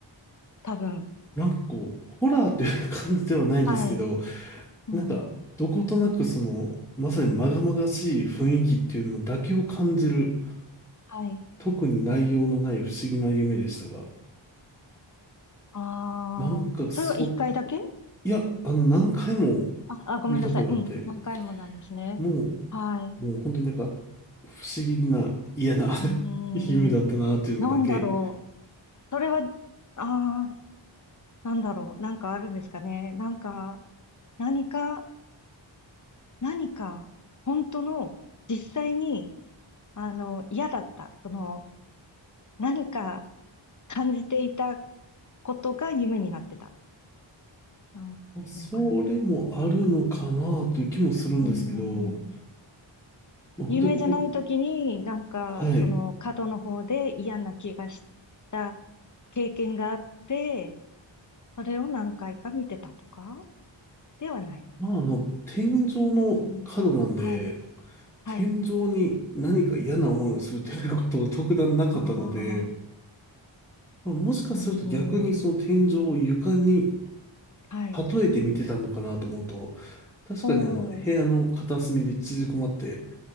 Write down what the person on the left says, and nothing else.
多分。
はい。うん。
はい。
ああ。
それは一回だけ
あ、あ、ごめんなさい。
うん。何回もなんですね。
はい。
うーん。
なんだろう。それは、ああ、なんだろう。なんかあるんですかね。なんか、何か、何か、本当の、実際に、あの、嫌だった。その、何か感じていたことが夢になってた。なんていうのかな。
はい。うーん。
有名じゃない時に、なんか、
その、角の方で嫌な気がした経験があって、それを何回か見てたとかではない。
うん、はい、はい。
ああ、
うん、はい。
おお、